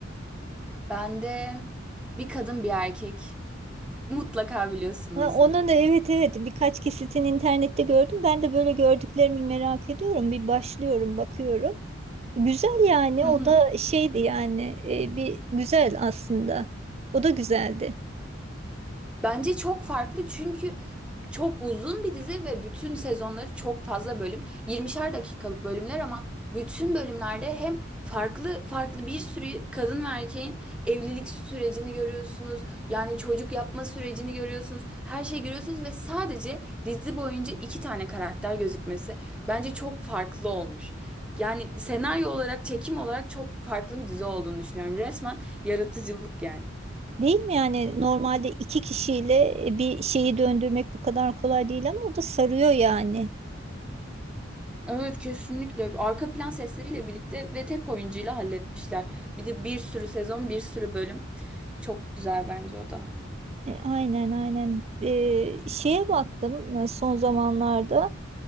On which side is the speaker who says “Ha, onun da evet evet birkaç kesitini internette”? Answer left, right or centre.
Right